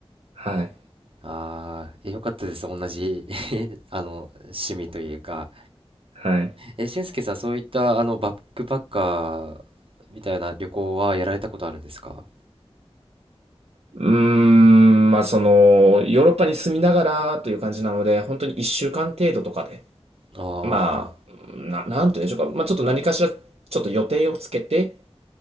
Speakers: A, on the right; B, on the right.
A: はい。
B: ああ、えよかったです。同じ <laughs> あの、趣味というか。
A: はい。
B: え、俊介さん、そういった、あの、バックパッカーみたいな旅行はやられたことあるんですか
A: うーん、まあその、ヨーロッパに住みながらという感じなので、本当に一週間程度とかで
B: あ
A: まあ、な、なんて言うんでしょうか。まあ、ちょっと何かしら、ちょっと予定をつけて、